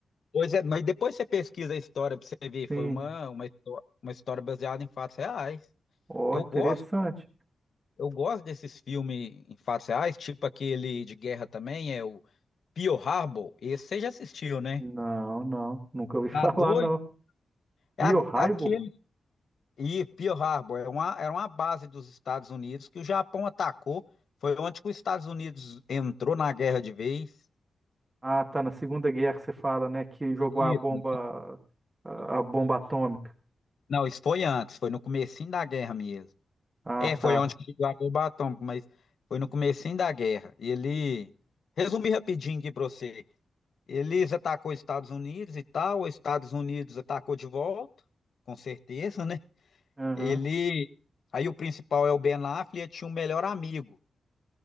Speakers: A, on the left; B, on the right.
A: Pois é, mas depois você pesquisa a história para você ver,
B: Sim.
A: foi uma, uma, histó- uma história baseada em fatos reais.
B: Ó,
A: Eu
B: interessante.
A: gosto, eu gosto desses filmes em fatos reais, tipo aquele de guerra também, é o Pearl Harbor. Esse você já assistiu, né?
B: Não, não, nunca ouvi <laughs>
A: Tá
B: falar,
A: doido?
B: não. Pearl
A: É a-
B: Harbor?
A: aquele. E Pearl Harbor era uma, era uma base dos Estados Unidos que o Japão atacou. Foi onde que os Estados Unidos entrou na guerra de vez.
B: Ah, tá, na Segunda Guerra você fala, né, que jogou
A: Isso.
B: a bomba, a, a bomba atômica.
A: Não, isso foi antes, foi no comecinho da guerra mesmo.
B: Ah,
A: É, foi
B: tá.
A: onde que chegou a bomba atômica, mas foi no comecinho da guerra. E ele. Resumir rapidinho aqui pra você. Eles atacou os Estados Unidos e tal, os Estados Unidos atacou de volta, com certeza, né?
B: Aham.
A: Ele. Aí o principal é o Ben Affleck, tinha um melhor amigo.